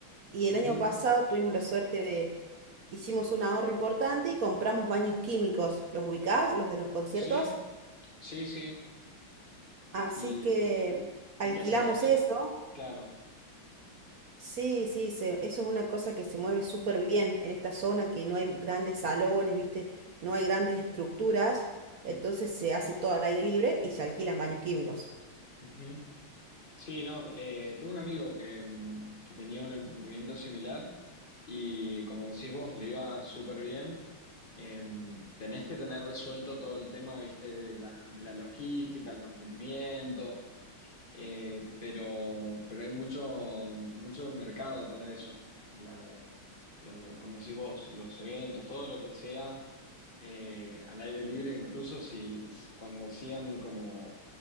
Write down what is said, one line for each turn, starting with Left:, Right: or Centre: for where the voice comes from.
Right: Y
Left: Ujú.
Right: el año pasado tuvimos la suerte de, hicimos un ahorro importante y compramos baños químicos, ¿los ubicás? Los de los conciertos.
Left: Sí, sí, sí.
Right: Así
Left: ¿Y,
Right: que alquilamos
Left: y qué hacen los...?
Right: eso.
Left: Claro.
Right: Sí, sí, se- eso es una cosa que se mueve súper bien en esta zona, que no hay grandes salones, ¿viste? No hay grandes estructuras. Entonces se hace todo al aire libre y se alquilan baños químicos.
Left: Ujú. Sí, no, eh, tengo un amigo que, mm, que tenía un emprendimiento similar y como decís vos, le iba súper bien. Em, tenés que tener resuelto todo el tema, viste, de la, de la logística, el mantenimiento, eh, pero, pero hay mucho, mucho mercado para eso. La- los- como decís vos, los eventos, todo lo que sea eh, al aire libre, incluso si, si- cuando hacían como